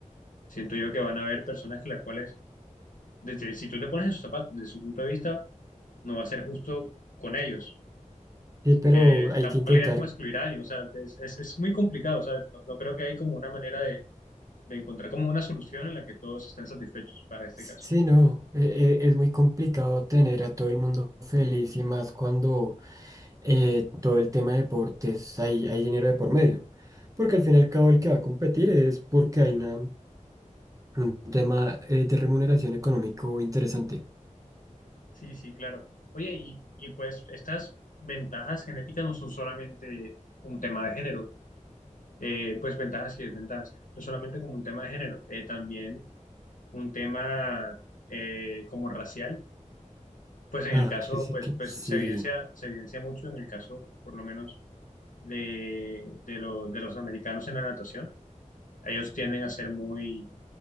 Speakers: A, on the left (about 80°); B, on the right (about 25°).
A: siento yo que van a haber personas que las cuales, desde, si tú te pones en sus zapatos, desde su punto de vista, no va a ser justo con ellos.
B: Sí, pero
A: Eh,
B: hay
A: tampoco
B: que intentar.
A: la idea es como excluir a alguien, o sea, es, es, es muy complicado, o sea, no, no creo que hay como una manera de, de encontrar como una solución en la que todos estén satisfechos para este
B: Sí,
A: caso.
B: no, e- e- es muy complicado tener a todo el mundo feliz y más cuando eh, todo el tema de deportes hay, hay dinero de por medio. Porque al fin y al cabo el que va a competir es porque hay una, un tema eh, de remuneración económico interesante.
A: Sí, sí, claro. Oye, y, y pues estas ventajas genéticas no son solamente un tema de género, eh, pues ventajas y desventajas, no solamente como un tema de género, eh, también un tema eh, como racial, pues en
B: Ah,
A: el caso,
B: que sí,
A: pues,
B: que
A: pues
B: sí.
A: se evidencia, se evidencia mucho en el caso, por lo menos, de, de, lo- de los americanos en la natación. Ellos tienden a ser muy,